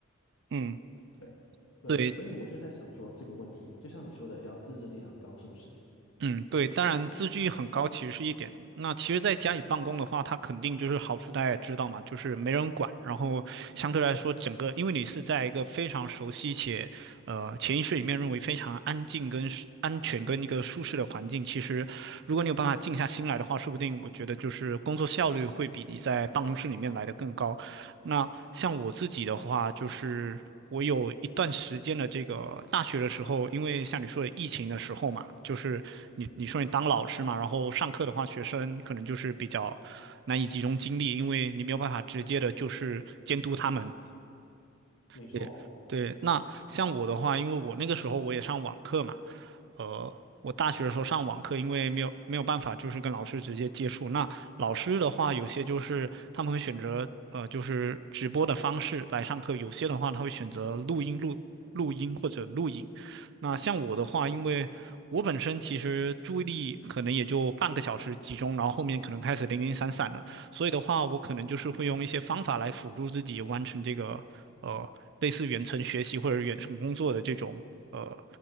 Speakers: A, on the right; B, on the left.
A: 嗯，
B: 对对，
A: 对，
B: 所以我就在想说这个问题，就像你说的，要自制力很高，是不是？
A: 嗯，对，当然自制力很高其实是一点。那其实在家里办公的话，它肯定就是好处，大家也知道嘛，就是没人管，然后相对来说，整个因为你是在一个非常熟悉且呃潜意识里面认为非常安静跟舒安全跟一个舒适的环境，其实如果你有办法静下心来的话，说不定我觉得就是工作效率会比你在办公室里面来的更高。那像我自己的话，就是我有一段时间的这个大学的时候，因为像你说的疫情的时候嘛，就是你你说你当老师嘛，然后上课的话，学生可能就是比较难以集中精力，因为你没有办法直接的就是监督他们。
B: 没错。
A: 对，对，那像我的话，因为我那个时候我也上网课嘛，呃，我大学的时候上网课，因为没有没有办法，就是跟老师直接接触。那老师的话，有些就是他们会选择呃，就是直播的方式来上课；有些的话，他会选择录音录录音或者录影。那像我的话，因为我本身其实注意力可能也就半个小时集中，然后后面可能开始零零散散了。所以的话，我可能就是会用一些方法来辅助自己完成这个呃类似远程学习或者远程工作的这种呃